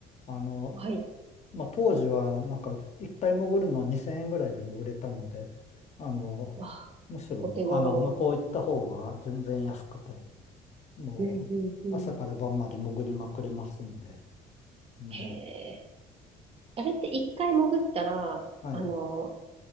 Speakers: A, on the left; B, on the right.
A: あの、
B: はい。
A: まあ、当時はなんか一回潜るの2000円ぐらいで潜れたので、あの、
B: わあ、
A: むしろ、
B: お手頃。
A: あの、向こう行った方が全然安くて、もう、
B: うんうんうん。
A: 朝から晩まで潜りまくれますんで、ね。
B: へえ。あれって一回潜ったら、
A: はい、
B: あの、